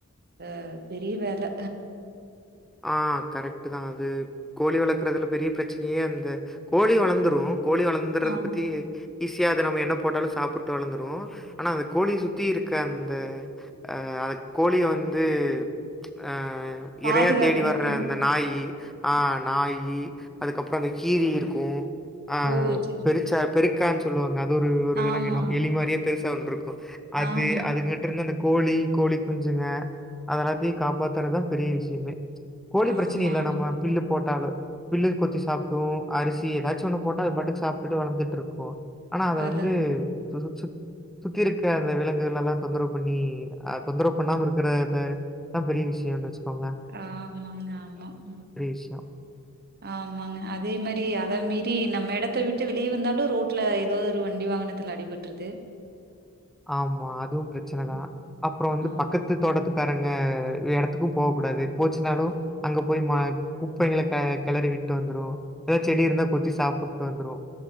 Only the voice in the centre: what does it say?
ஆ கரெக்ட்டு தான் அது கோழி வளர்க்குறதுல பெரிய பிரச்சனையே அந்த கோழி வளர்ந்துரும் கோழி வளர்ந்துறது
பத்தி ஈஸியா அது நம்ம என்ன போட்டாலும் சாப்பிட்டு வளர்ந்துரும் ஆனா அந்த கோழி சுத்தி இருக்க அந்த அ அது கோழிய வந்து அ
இரையா தேடி வர்ற
அந்த நாயி ஆ நாயி அதுக்கப்பறம் அங்க கீரி இருக்கும் ஆ
பெருசா
பெருக்கான்னு சொல்லுவாங்க அது ஒரு விலங்கினம்
எளி மாதிரியே பெருசா ஒன்னு இருக்கும் அது
அது கிட்டி இருந்து கோழி கோழி குஞ்சுங்க அத எல்லாத்தையும் காப்பாத்துறதுதான் பெரிய விஷயமே கோழி
பிரச்சனை இல்ல
நம்ம பில்லு போட்டாலும் பில்லையும் கொத்தி சாப்டுரும் அரிசி ஏதாச்சும் ஒண்ணு போட்டா அது பாட்டுக்கு சாப்பிட்டு வளர்ந்துட்டு இருக்கும் ஆனா அது
வந்து சு சு சு சுத்தி இருக்க அந்த விலங்குகள் எல்லாம் தொந்தரவு பண்ணி அத தொந்தரவு பண்ணாம இருக்கறததான் பெரிய விஷயம்னு வச்சுக்கோங்கல
விஷயம்.
ஆமா அதுவும் பிரச்சனைதான்
அப்புறம் வந்து
பக்கத்து தோட்டத்து க்காரங்க இடத்துக்கும் போக கூடாது போச்சுனாலும் அங்க போய் குப்பைங்கள கெ கெளறி விட்டு வந்துரும் ஏதாவது செடி இருந்தா கொத்தி சாப்பிட்டு வந்துரும்